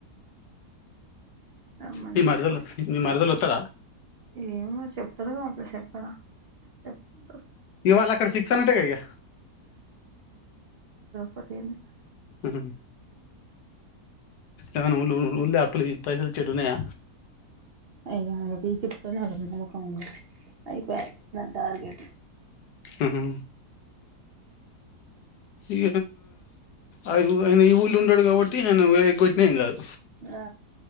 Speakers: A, on the right (about 50°); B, on the left (about 80°).
A: రమ్మని
B: నీ
A: చెప్పాలి
B: మరిదల్ నీ మరిదలో త్ త్తాదా
A: ఏమో చెప్తాడో అసల్ చెప్పాడా చెపుంటడు.
B: వలాక్కడ ఫక్సాన్ట్టే ఇగ
A: పతేర్ని
B: ఉహ్ హు ఏమన్నా ఉ ఊ ఊళ్ళో అప్పులవి పైసలు ఇచ్చేటివి ఉన్నయా
A: అయ్యతి పట్ట <unintelligible> ఆ అయిపాయి దాని టార్గెట్
B: ఆహ ఈ ఆయన ఈ ఊళ్ళో ఉండడు కాబట్టి ఆయన ఎగొట్టిన ఏం కాదు
A: ఆ